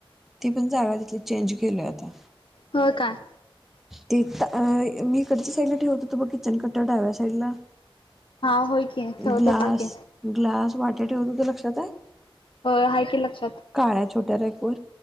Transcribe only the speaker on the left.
होय काय?
हा होय की ठेवत
होता की
होय आहे की लक्षात.